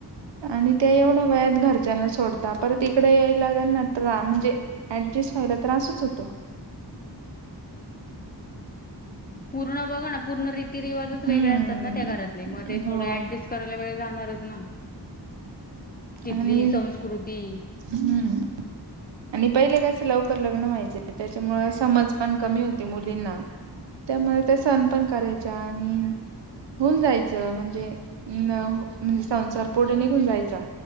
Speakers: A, on the right (about 75°); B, on the left (about 25°).
A: आणि त्या एवढ्या वयात घरच्यांना सोडता परत इकडे यायलाना ट म्हणजे ॲ अड्जस्ट व्हायला त्रासच होतो.
B: पूर्ण बघा ना पूर्ण री रती रिवाजच वेगळे
A: हम्म
B: असतात ना त्या घरातले मध्ये
A: हो
B: थोड ऍडजस्ट करायला वेळ जाणारच ना तिथली
A: आणि
B: संस्कृती
A: हम् आणि पहिले कस लवकर लग्न व्हायच त्याच्यामुळे समज पण कमी होती मुलींना त्यामुळे त्या सण पण करायचे. आणि होऊन जायचं म्हणजे अ म्हणजे संसार पुढे निघून जायचा.